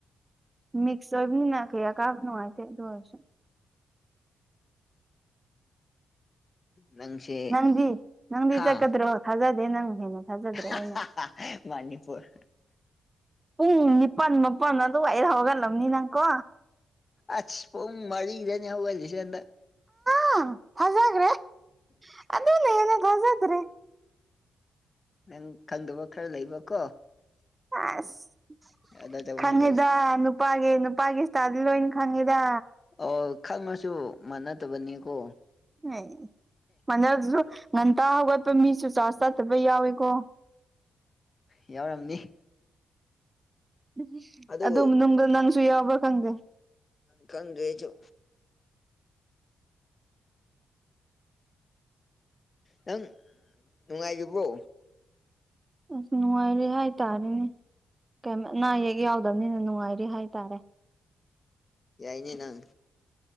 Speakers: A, on the right; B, on the left.
A: ꯃꯤꯛꯁ ꯑꯣꯏꯕꯅꯤꯅ ꯀꯌꯥ ꯀꯥꯕ ꯅꯨꯡꯉꯥꯏꯇꯦ ꯑꯗꯨꯑꯣꯏꯔꯁꯨ
B: ꯅꯪꯁꯦ
A: ꯅꯪꯗꯤ ꯅꯪꯗꯤ
B: ꯍꯥꯥ
A: ꯆꯠꯀꯗ꯭ꯔꯣ ꯊꯥꯖꯗꯦ ꯅꯪ ꯍꯦꯟꯅ ꯊꯥꯖꯗ꯭ꯔꯦ
B: ꯑꯍꯥ
A: ꯑꯩꯅ
B: ꯍꯥ ꯍꯥ ꯃꯅꯤꯄꯨꯔ
A: ꯄꯨꯡ ꯅꯤꯄꯥꯟ ꯃꯥꯄꯜ ꯑꯗꯨꯋꯥꯏꯗ ꯍꯧꯒꯠꯂꯝꯅꯤ ꯅꯪꯀꯣ
B: ꯑꯁ ꯄꯨꯡ ꯃꯔꯤꯗꯅꯦ ꯍꯧꯒꯠꯂꯤꯁꯦ ꯍꯟꯗꯛ
A: ꯍꯥ ꯊꯥꯖꯒ꯭ꯔꯦ ꯑꯗꯨꯅ ꯍꯦꯟꯅ ꯊꯥꯖꯗ꯭ꯔꯦ
B: ꯅꯪ ꯈꯪꯗꯕ ꯈꯔ ꯂꯩꯕꯀꯣ
A: ꯑꯁ
B: ꯑꯗ ꯇꯧꯕꯅꯦ
A: ꯈꯪꯉꯦꯗ ꯅꯨꯄꯥꯒꯤ ꯅꯨꯄ ꯅꯨꯄꯥꯒꯤ ꯁ꯭ꯇꯥꯏꯜꯗꯤ ꯂꯣꯏꯅ ꯈꯪꯉꯦꯗ
B: ꯑꯣ ꯈꯪꯉꯁꯨ ꯃꯥꯟꯅꯗꯕꯅꯤꯀꯣ
A: ꯑꯦ ꯃꯗꯗꯨꯁꯨ ꯉꯟꯇꯥ ꯍꯧꯒꯠꯄ ꯃꯤꯁꯨ ꯆꯥꯔꯖ ꯆꯥꯠꯇꯕ ꯌꯥꯎꯋꯦꯀꯣ
B: ꯌꯥꯎꯔꯝꯅꯤ
A: ꯎ
B: ꯑꯗꯨ
A: ꯑꯗꯨꯝ ꯅꯨꯡꯗ ꯅꯪꯁꯨ ꯌꯥꯎꯕ꯭ꯔꯥ ꯈꯪꯗꯦ
B: ꯈꯪꯗꯗꯥꯔꯦ ꯑꯩꯁꯨ ꯅꯪ ꯅꯨꯡꯉꯥꯏꯒꯤꯕ꯭ꯔꯣ
A: ꯑꯁ ꯅꯨꯡꯉꯥꯏꯔꯦ ꯍꯥꯏꯇꯥꯔꯦꯅꯦ ꯑꯅꯥ ꯑꯌꯦꯛ ꯌꯥꯎꯗꯕꯅꯤꯅ ꯅꯨꯡꯉꯥꯏꯔꯤ ꯍꯥꯏꯇꯥꯔꯦ
B: ꯌꯥꯏꯅꯤ ꯅꯪ